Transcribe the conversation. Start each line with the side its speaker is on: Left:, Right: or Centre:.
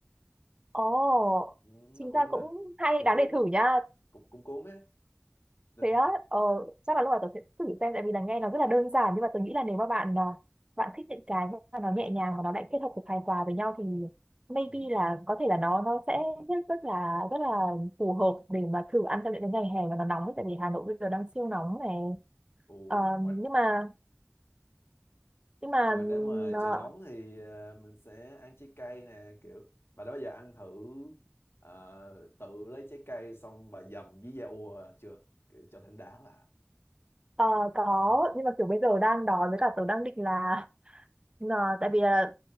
Right: Ồ,
Left: Ừ, nó
Right: chính
Left: cũng
Right: ra
Left: ờ,
Right: cũng hay,
Left: cũng
Right: đáng
Left: cuốn
Right: để thử nha.
Left: cũng, cũng cuốn á nên
Right: Thế
Left: thử
Right: á, ờ, chắc là lúc nào tớ sẽ thử xem, tại vì là nghe nó rất là đơn giản, nhưng mà tớ nghĩ là nếu mà bạn à, bạn thích những cái mà nó nhẹ nhàng và nó lại kết hợp được hài hòa với nhau thì maybe
Left: ừ.
Right: là có thể là nó nó sẽ rất, rất là rất là phù hợp để mà thử ăn trong những cái ngày hè mà nó nóng ấy, tại vì Hà Nội bây giờ đang siêu nóng này
Left: Ồ,
Right: Ờ,
Left: ngoài,
Right: nhưng mà nhưng mà
Left: ngoài nếu mà
Right: ờ,
Left: trời nóng thì ờ, mình sẽ ăn trái cây nè kiểu bà đó giờ ăn thử ờ, tự lấy trái cây xong bà dầm với da ua chưa kiểu cho thêm đá vào
Right: ờ, có
Left: Đó.
Right: nhưng mà kiểu bây giờ đang đói với cả tớ đang định là ờ, tại vì là